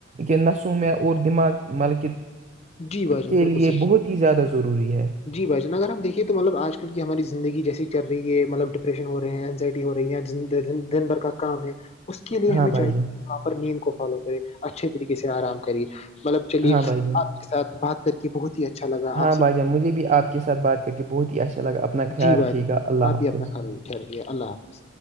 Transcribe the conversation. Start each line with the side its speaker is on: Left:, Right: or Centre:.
Right: کہ نسوں میں اور دماغ مطلب کہ
Left: جی بھائی جان
Right: کے
Left: بالکل
Right: لیے
Left: صحیح
Right: بہت
Left: کہا آپ نے۔
Right: ہی زیادہ ضروری ہے
Left: جی بھائیان اگر ہم دیکھیے تو مطلب آج کل کی ہماری زندگیسی چل رہی ہے مطلب ڈپریشن ہو رہ ہیں اینزائٹی ہو رہی دن بھر کا کام ہے اس کے لیے
Right: ہاں
Left: ہمیں
Right: بھائی
Left: چاہیے
Right: جان
Left: پراپر نیم کو فالو کرے اچھے طریقے سے آرام کریے مطلب چلیے
Right: ہاں بھائی جان
Left: آپ کے ساتھ بات کر کے بہت ہی اچھا لگا
Right: ہاں
Left: آپ سے
Right: بھائیجان مجھ بھی آپ کے ساتھ بات کر کے بہت ہی اچھا لگا اپنا خیال
Left: جی
Right: رکھیے
Left: بائی
Right: گا اللہ
Left: آپ
Right: حافظ
Left: بھی اپنا خھرل اٹھے رہیے اللہ حافظ